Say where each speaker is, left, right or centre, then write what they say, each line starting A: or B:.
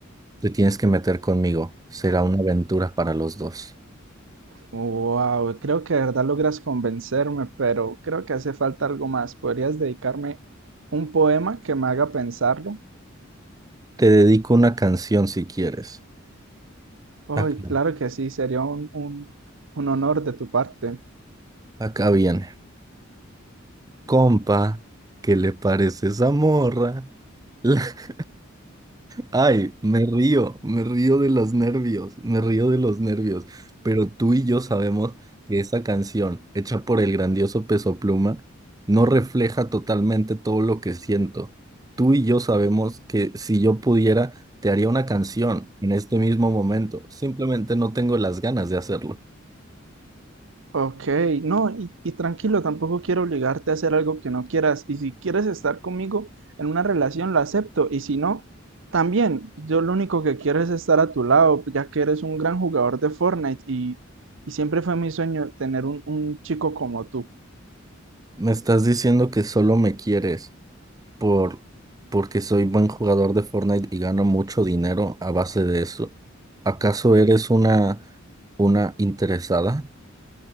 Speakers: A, on the right; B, on the right.
A: te tienes que meter conmigo. Será una aventura para los dos.
B: Wow, creo que de verdad logras convencerme, pero creo que hace falta algo más. ¿Podrías dedicarme un poema que me haga pensarlo?
A: Te dedico una canción si quieres.
B: Ay,
A: Acá,
B: claro que sí, sería un, un un honor de tu parte.
A: acá viene. Compa, ¿qué le parece esa morra? <laughs> Ay, me río, me río de los nervios, me río de los nervios. Pero tú y yo sabemos que esa canción, hecha por el grandioso Peso Pluma, no refleja totalmente todo lo que siento. Tú y yo sabemos que si yo pudiera, te haría una canción en este mismo momento. Simplemente no tengo las ganas de hacerlo.
B: Ok, no, y, y tranquilo, tampoco quiero obligarte a hacer algo que no quieras. Y si quieres estar conmigo en una relación, lo acepto. Y si no, también, yo lo único que quiero es estar a tu lado, ya que eres un gran jugador de Fortnite y, y siempre fue mi sueño tener un, un chico como tú.
A: Me estás diciendo que solo me quieres. por porque soy buen jugador de Fortnite y gano mucho dinero a base de eso. ¿Acaso eres una una interesada?